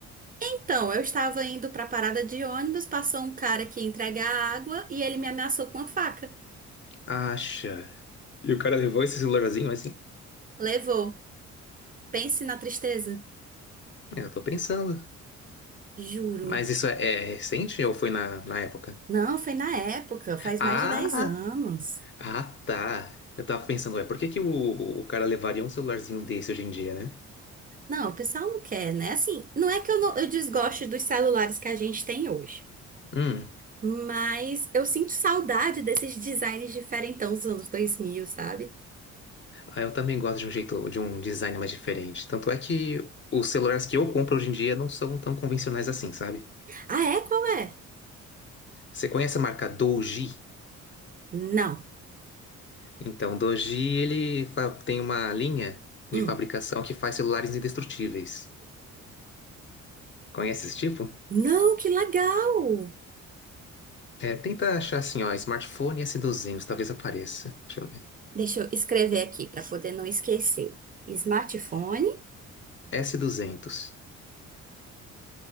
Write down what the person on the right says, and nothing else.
Então, eu estava indo pra parada de ônibus, passou um cara que ia entregar água e ele me ameaçou com uma faca.
Levou. Pense na tristeza.
Juro.
Não, foi na época, faz
mais de 10 anos.
Não, o pessoal não quer, né? Assim, não é que eu, não- eu desgoste dos celulares que a gente tem hoje,
mas eu sinto saudade desses designs diferentão dos anos dois mil, sabe?
Ah, é? Qual é?
Não.
Hum.
Não, que legal!
Deixa eu escrever aqui para poder não esquecer. Smartphone.